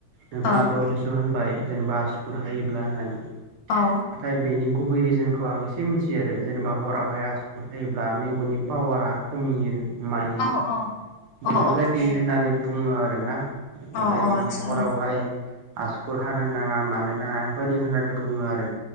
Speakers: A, on the right; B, on the left.
A: नोंथाङा
B: औ
A: दहायसो' होनबाय जेनेबा हासुखुर हायोब्ला होननानै
B: औ
A: नाथाय बेनि गुबै रिजोनखौ आं एसे मिथियो आरो जेनेबा हराव हाया आसुगुर होयोब्ला मेगननि पावारा खमियो मायो
B: औ
A: बेफोरबायदि
B: औ
A: होननानै बुङो आरोना
B: औ
A: ओंखायनो
B: औ
A: माने
B: आतसा
A: हरावहा हाय आसुगुर हानो नाङा मानो नाङा बेफोरबायदि होननानै बुङो आरो